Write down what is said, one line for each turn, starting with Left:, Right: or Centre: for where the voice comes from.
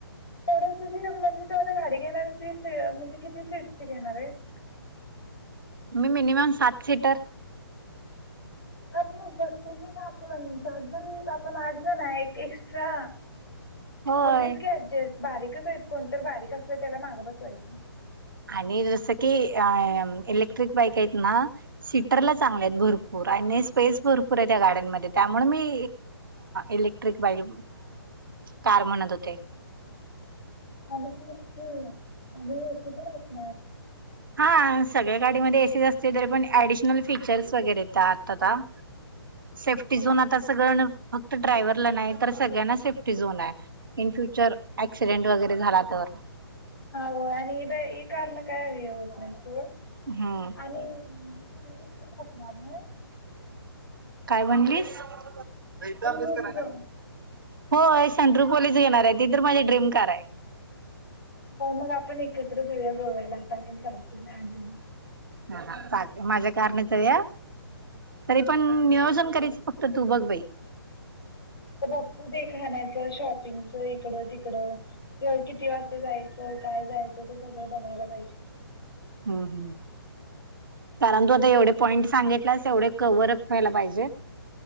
Left: तेवढं तुझी म्हणजे तू आता गाडी घेणारं असलीस ती म्हणजे किती सीट ची घेणार आहेसं?
Right: मी मिनिमम सात सीटर.
Left: आपण बसतोय की गं आपण सात जण आपण आठ जण आहे एक एक्स्ट्रा
Right: होय.
Left: होतयचं की ऍडजस्ट बारीकच आहेत कोणत तर बारीक असतंय त्याला माग बसवायचं.
Right: आणि जसं की इलेक्ट्रिक बाईक आहेत ना सीटरला चांगले आहेत भरपूर पूर आणि स्पेस भरपूर आहे त्या गार्डनमध्ये त्यामुळे मी इलेक्ट्रिक बाई कार म्हणत होते
Left: म्हणून तेच की आणी ए सी पण असणार
Right: हा सगळ्या गाडीमध्ये एसी असते तरी पण ऍडिशनल फीचर्स वगैरे त्या आत आता सेफ्टी झोन आता सगळ फक्त ड्रायव्हरला नाही तर सगळ्यांना safety zone high in future accident वगैरे झाला तर
Left: ह होय आणि इ कार न काय हे होत नाही सोड.
Right: हम्.
Left: आणि पण असणार.
Right: काय म्हणलीस अभ्यास
Left: सनरूफ
Right: करायला.
Left: ग
Right: हो सेंट्रू कॉलेज घेणार आहे ती तर माझी ड्रीम कार आहे.
Left: हो मग आपण एकत्र होऊया गोव्याला आता आपण सात जण आठ जण
Right: हा हा चाल माझ्या कारणाचं या तरी पण नियोजन करायचं फत. तर तू बघ बाई.
Left: बघत ते खाण्याचं शॉपिंगच इकडं तिकडं. किती वाजता जायचं काय जायचं ते सगळं बघायला पाहिजे.
Right: हं हं. कारण तू आता एवढे पॉईंट सांगितलास एवढे कवरअप व्हायला पाहिजे.